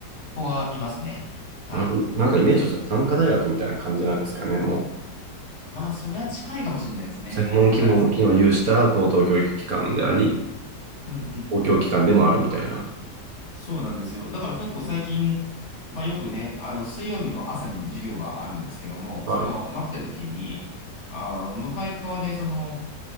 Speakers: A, on the left (about 40°); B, on the right (about 60°).
A: 子がいますね。はい。
B: なるほど。なんかイメージとしては短科大学みたいな感じなんですかね。も
A: まあ、それは近いかもしれないですね。
B: う、専門機能機能を有した高等教育機関であり、
A: 新し、うんうん。
B: 公共機関でもあるみたいな。
A: そうなんですよ。だから結構最近、まあよくね、あの、水曜日の朝に授業があるんですけども、
B: はい。
A: その、待ってる時に、あの、向かい側で、その、